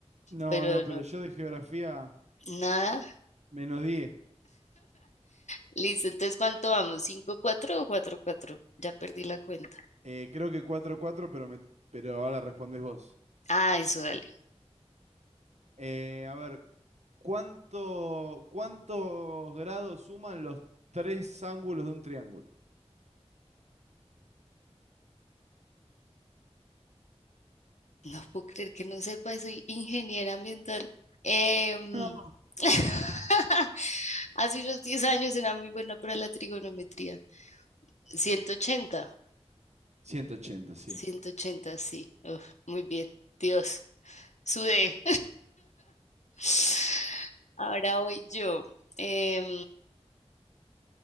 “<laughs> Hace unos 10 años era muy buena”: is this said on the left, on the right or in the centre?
Left